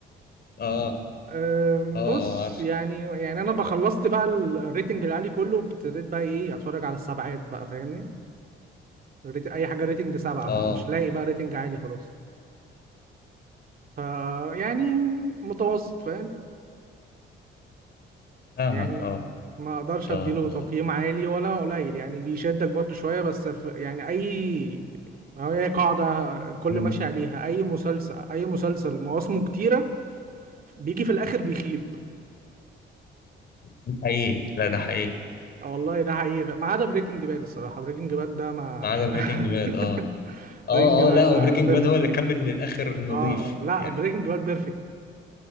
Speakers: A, on the left; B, on the right.
A: اه
B: أم،
A: اه اه
B: بص
A: عارف
B: يعني يعني انا بخلصت بقى ال- الريتنج العالي كله ابتديت بقى ايه اتفرج على السبعات بقى فاهمني الريت- اي حاجه ريتنج سبعة
A: اه
B: ما مش لاقي بقى ريتنج عالي خلاص ف يعني متوسط فاهم
A: فاهمك
B: يعني
A: اه
B: ما اقدرش
A: طب
B: اديله تقييم عالي ولا قليل يعني بيشدك برضو شوية بس في يعني اي أو هي قاعدة كل
A: مم،
B: ماشي عليها اي مسلسل اي مسلسل مواسمه كتيرة بيجي في الاخر بيخيب
A: ده حقيقي لا ده حقيقي
B: والله ده حقيقي ما عدا بريكنج باد الصراحة بريكنج باد ده ما
A: ما عدا بريكنج باد
B: <laughs>
A: اه اه
B: بريكنج باد
A: اه لا هو
B: ده
A: بريكنج
B: بيرفكت
A: باد هو اللي كمل للاخر نظيف
B: اه لا
A: يعني
B: بريكنج باد بيرفكت